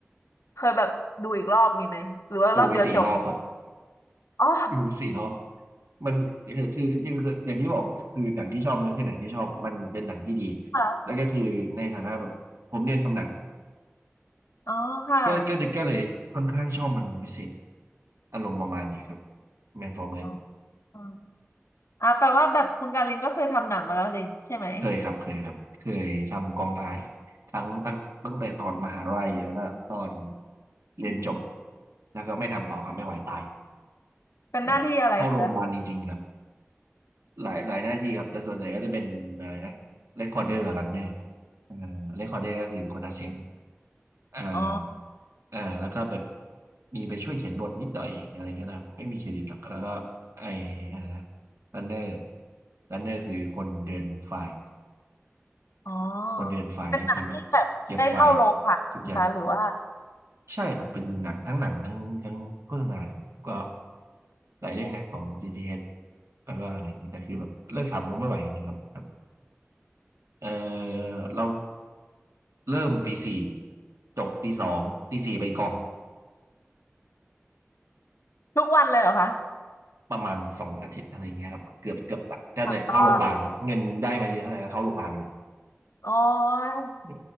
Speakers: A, on the left; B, on the right.
A: เคยแบบดูอีกรอบมีไหมหรือว่ารอบเดียวจบ
B: ดูไปสี่รอบครับ
A: อ๋อ
B: ดูสี่รอบมันคือคือจริงๆคืออย่างที่บอกคือหนังที่ชอบมันก็คือหนังที่ชอบมันเป็นหนังที่ดี
A: ค่ะ
B: แล้วก็คือในฐานะแบบผมเรียนทำหนัง
A: อ๋อค่ะ
B: ก็ก็ก็เลยค่อนข้างชอบมันเป็นพิเศษอารมณ์ประมาณนี้ครับแมนฟอร์เมส
A: อ๋ออ๋ออ่าแปลว่าแบบคุณการินก็เคยทำหนังมาแล้วเลยใช่ไหม
B: เคยครับเคยครับเคยทำกองถ่ายทั้งตั้งตั้งแต่ตอนมหาลัยแล้วก็ตอนเรียนจบ
A: อืม
B: แล้วก็ไม่ทำต่อครับไม่ไหวตาย
A: เป็นหน้าที่อะไรคะ
B: แบบเข้าโรงพยาบาลจริงๆครับ หลายหลายหน้าที่ครับแต่ส่วนใหญ่ก็จะเป็นอะไรนะเรคคอร์เดอร์รันเนอร์ครับอ่าเรคคอร์เดอร์ก็คือคนอัดเสียงอ่า
A: อ๋อ
B: อ่าแล้วก็แบบมีไปช่วยเขียนบทนิดหน่อยอะไรเงี้ยนะไม่มีเครดิตหรอกแล้วก็ไออะไรนะรันเนอร์รันเนอร์คือคนเดินไฟล์
A: อ๋อ
B: คนเดินไฟล์ก็คือแบบเก็บไฟล์
A: เป็นหนังที่แบบได้เข้าโรงผ่านไหมคะหรือว่า
B: ทุกอย่างใช่ครับเป็นหนังทั้งหนังทั้งทั้งโฆษณาก็หลายเรื่องนะของ GTH แล้วก็อะไรอย่างนี้แต่คือแบบเลิกทำมันไม่ไหวจริงๆครับแบบเออเรา เริ่มตีสี่จบตีสองตีสี่ไปกอง
A: ทุกวันเลยเหรอคะ
B: ประมาณสองอาทิตย์อะไรอย่างเงี้ยครับเกือบเกือบตัดก็จะเข้าโรงพยาบาลครับเงินได้มาเยอะเท่าไหร่ก็เข้าโรงพยาบาลไปเลย
A: ตลอดโอ้ย
B: เออ